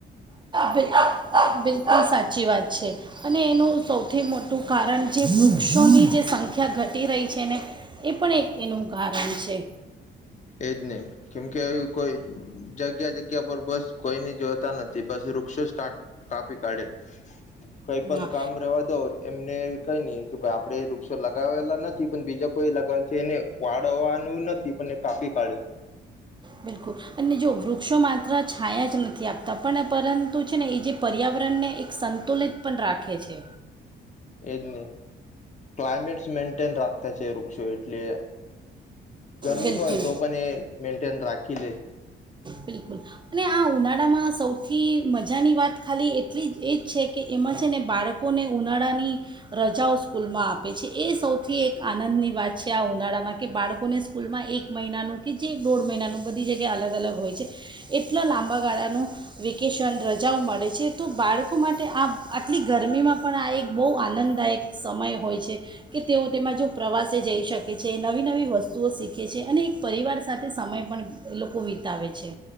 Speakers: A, on the right; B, on the left.
A: બિ બિલકુલ સાચી વાત છે. અને એનું સૌથી મોટું કારણ જે વૃક્ષોની જે સંખ્યા ઘટી રહી છે ને એ પણ એક એનું કારણ છે.
B: એજ નહી કેમ કે કોઈ જગ્યા જગ્યા પર બસ કોઈને જોતા નથી બસ વૃક્ષો જ કાપી કાઢે. કઈ પણ
A: હા
B: કામ રવા દો એમને. કઈ નહી. કે ભાઈ આપડે એ વૃક્ષો લગાવેલા ન પણ બીજા કોઈ લગાવલ છે એને વાળવાનું નથી પણ કાપી કાઢ્યું.
A: બિલકુલ અને જો વૃ ક્ષો માત્ર છાયા જ નથી આપતા પણ પરંતુ છે ને એ જે પર્યાવરણને એક સંતુલિત પણ રાખે છે.
B: એજ ને ક્લાયમેટ મેન્ટેન રાખતા છે વૃક્ષો એટલે ગરમી
A: બિલકુલ
B: હોય તો પણ એ મેન્ટેન રાખે. કિલે.
A: બિલકુલ અને આ ઉનાળામાં સૌથી મજાની વાત ખાલી એટલી જ એ જ છે કે એમાં છે ને બાળકોને ઉનાળાની રજાઓ સ્કૂલમાં આપે છે. એ સૌથી એક આનંદની વાત છે આ ઉનાળામાં કે બાળકોને સ્કૂલમાં એક મહિનાનું કે જે દોઢ મહિનાનું બધી જ ગ્યા અલગ અલગ હોય છે એટલા લાંબા ગાળાનું વેકેશન રજાઓ મળે છે. તો બાળકો માટે આ આટલી ગરમીમાં પણ આ એક બહુ આનંદદાયક સમય હોય છે. કે તેઓ તેમાં જો પ્રવાસે જઈ શકે છે નવી નવી વસ્તુઓ શીખે છે અને એક પરિવાર સાથે સમય પણ એ લોકો વિતાવે છે.